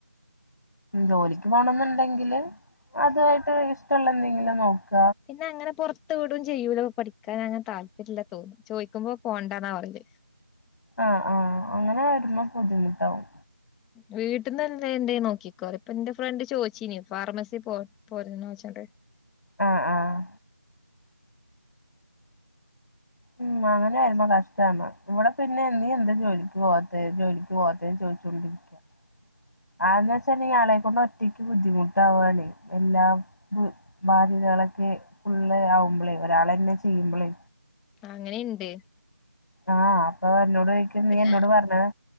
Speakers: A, on the left; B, in the centre.
A: ജോലിക്ക് പോണന്ന്ണ്ടെങ്കില് അതായിട്ട് ഇഷ്ടള്ള എന്തെങ്കിലും നോക്ക
B: പിന്നങ്ങനെ പൊർത്ത് വ്ടും ചെയ്യൂല പഠിക്കാനങ്ങനെ താൽപ്പര്യല്ലാ തോന്ന്ണു. ചോയ്ക്കുമ്പോ പോണ്ടാന്ന പറയല്
A: ആഹ് ആഹ് അങ്ങനെ വര്മ്പോ ബുദ്ധിമുട്ടാവും
B: വീട്ടീന്ന്ല്ല എന്തേലും നോക്കിക്കോ പറയും ഇപ്പ ന്റെ ഫ്രണ്ട് ചോയിച്ചീനി ഫാർമസീ പോ പോര്ണോച്ചാണ്ട്
A: ആഹ് ആഹ് ഉം അങ്ങനെ ആര്ന്നു കഷ്ട്ടാന്ന് ഇവടെ പിന്നെ നീ എന്താ ജോലിക്ക് പോവാതെ ജോലിക്ക് പോവാതെ ചോയ്ച്ചോണ്ടിരി ക്ക്യ അതെന്താച്ചാല് ആളെക്കൊണ്ട് ഒറ്റയ്ക്ക് ബുദ്ധിമുട്ടാവാണെയ് എല്ലാം ബ് ബാധ്യതാളൊക്കെ ഫുള്ള് ആവുമ്പളേ ഒരാളെന്നെ ചെയ്യുമ്പളേ
B: അങ്ങനീണ്ട്
A: ആഹ് അപ്പ എന്നോട് ചോയ്ക്കും നീ
B: പിന്നെ
A: എന്നോട് പർഞ്ഞത്